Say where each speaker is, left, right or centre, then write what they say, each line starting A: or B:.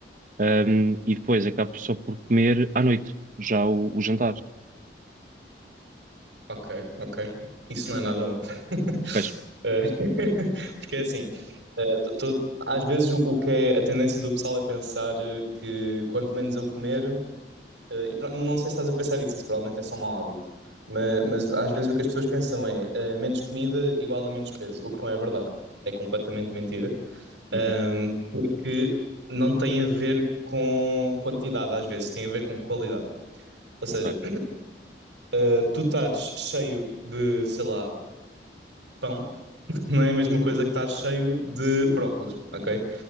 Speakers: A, on the right (about 45°); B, on the right (about 85°).
A: ahm, e depois acabo só por comer à noite, já o, o jantar.
B: Ok, ok. Isso não é nada bom. <laughs>
A: Pois,
B: Eh, <laughs> Porque é assim, eh, tô- tô- às vezes o o que é a tendência do pessoal é pensar eh, que quanto menos eu comer. Eh, e pro- não sei se estás a pensar isso, isso provavelmente é só um mau hábito. Mas, mas às vezes o que as pessoas pensam é eh, menos comida igual a menos peso, o que não é verdade. É completamente mentira.
A: uhum,
B: Ahm, porque não tem a ver com quantidade, às vezes, tem a ver com qualidade. Ou seja,
A: ok,
B: eh, tu estares cheio de, sei lá, pão, <laughs> não é a mesma coisa que estares cheio de brócolos, ok?